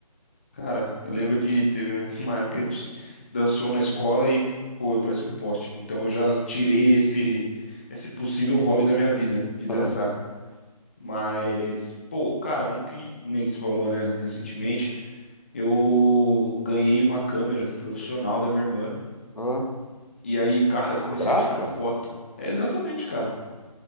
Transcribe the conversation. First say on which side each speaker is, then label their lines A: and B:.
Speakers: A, on the left; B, on the left.
A: Cara, eu lembro que teve uma <laughs> época que a gente dançou na escola e, pô, eu parecia um poste. Então eu já tirei esse, esse possível hobby da minha vida, de
B: <laughs>
A: dançar.
B: Ah,
A: Mas, pô, cara, um que nem se falou, né, recentemente. eu ganhei uma câmera profissional da minha irmã.
B: ah,
A: E aí, cara, eu
B: fotográfica.
A: comecei a tirar foto. É exatamente, cara.